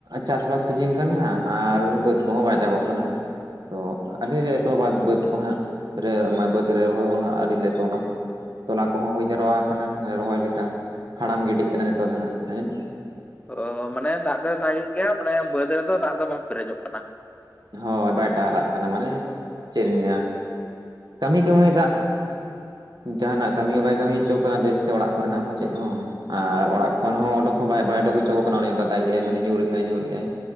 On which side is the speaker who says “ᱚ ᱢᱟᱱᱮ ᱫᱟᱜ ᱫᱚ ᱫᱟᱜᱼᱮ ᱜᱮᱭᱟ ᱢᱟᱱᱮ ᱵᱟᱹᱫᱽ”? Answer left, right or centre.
Left